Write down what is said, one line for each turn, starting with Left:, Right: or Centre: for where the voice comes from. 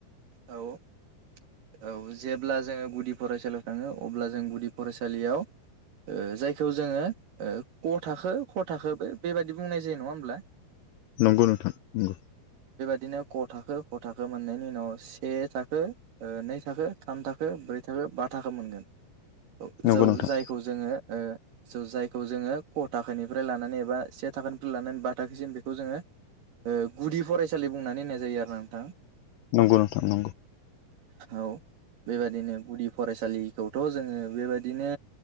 Right: औ औ जेब्ला जोङो गुदि फरायसालियाव थाङो अब्ला जों गुदि फरायसालियाव ओ जायखौ जोङो ओ क थाखो ख थाखोबो बेबाददि बुंनाय जायो नङा होमब्ला
Left: नंगौ नोंथां नंगौ
Right: बिदिनो क थाखो ख थाखो मोननायनि उनाव से थाखो नै थाखो थाम थाखो ब्रै थाखो बा थाखो मोनगोन
Left: नंगौ
Right: जौ
Left: नंगौ नोंथां
Right: जायखौ जोङो ओ सौ जायखौ जोङो क थाखोनिफ्राय लानानै एबा से थाखोनिफ्राय लानानै बा थाखोसिम बे खौ जोङो गुदि फरायसालि बुंनानै होननाय जायो आरो ना नोंथां।
Left: नंगौ नोंथां नंगौ
Right: औ बेबायदिनो गुदि फरायसालिखौथ' जोङो बेबायदिनो